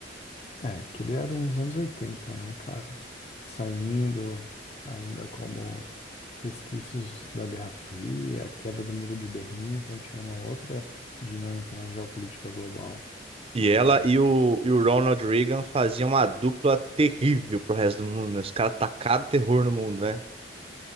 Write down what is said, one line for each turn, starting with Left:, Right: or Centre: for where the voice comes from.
Left: É, que ele era uns anos 80, né, cara? Saindo ainda como resquícios da Guerra Fria, a queda do Muro de Berlim, então tinha uma outra dinâmica na geopolítica global.
Right: E
Left: Mas
Right: ela e o, e o Ronald Reagan faziam uma dupla terrível pro resto do mundo, né? Os caras tacaram terror no mundo, né?